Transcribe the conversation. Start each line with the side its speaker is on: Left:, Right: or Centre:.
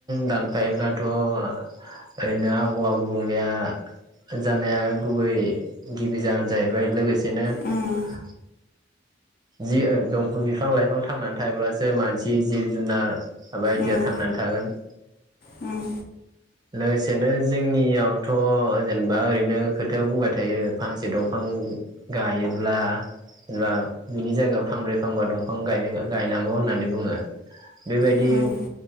Right: दानफायोब्लाथ ओरैनो आबहावा गुबुंलेया जानाया गुबै गिबि जाहोन जाहैबाय लोगोसे बिदिनो
Left: उम
Right: जि दंफां बिफां लाइफां थांनानै थायोब्लासो मानसि जिब जुनार बायदिया
Left: उम
Right: थांनानै थागोन।
Left: उम।
Right: लोगोसेनो जोंनियावथ जेनेबा ओरैनो खोथायाव बुंबाय थायो। फांसे दंफां गायोब्ला जेनेबा बिनि जायगायाव फांब्रै फांबा दंफां गायनो गायनांगौ होननानै बुङो। बेबायदि
Left: उम